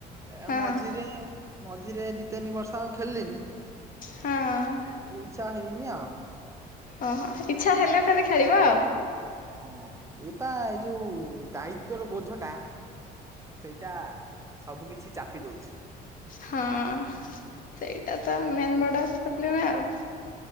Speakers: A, on the right; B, on the left.
A: ଏ
B: ହଁ
A: ମଝିରେ ମଝିରେ ଦି ତିନି ବର୍ଷ ଆଉ ଖେଳିଲିନି
B: ହଁ
A: ଆଉ ଇଚ୍ଛା ହେଇନି ଆଉ।
B: ଓହୋ ଇଚ୍ଛା ହେଲେ କେବେ ଖେଳିବ।
A: ହଁ ଏଟା ଏଇ ଯୋଉ ଦାୟିତ୍ଵର ବୋଝ ଟା ସେଇଟା ସବୁ କିିଛି ଚାପି ଦଉଛି।
B: ହଁ ସେଇଟା ତ ମେନ୍ ବଡ ପ୍ରୋବ୍ଲେମ ଆଉ।